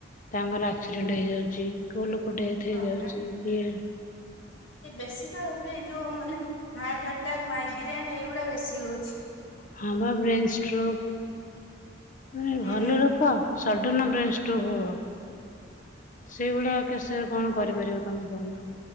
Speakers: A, on the left (about 45°); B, on the left (about 75°).
A: ତାଙ୍କର ଆକ୍ସିଡେଣ୍ଟ ହେଇଯାଉଛି, କୋଉ ଲୋକ ଡେଥ
B: ହଁ
A: ହେଇଯାଉଛି
B: ପରା।
A: କିଏ
B: ବେଶୀ ତ ଏ ଏଇ ଯୋଉ ମାନେ ହାର୍ଟ ଆଟାକ୍, ମାଇଗ୍ରେନ ଏଇଗୁଡା ବେଶୀ ହଉଛି।
A: ହଁବା ବ୍ରେନ ଷ୍ଟ୍ରୋକ, ମାନେ
B: ହୁଁ
A: ଭଲ
B: ହୁଁ
A: ଲୋକ ସଡନ ବ୍ରେନ୍ ଷ୍ଟ୍ରକ୍ ହୁବ ସେଇଭଳିା କେ ସେ କଣ କରିପାରିବ କଣ କହୁନ?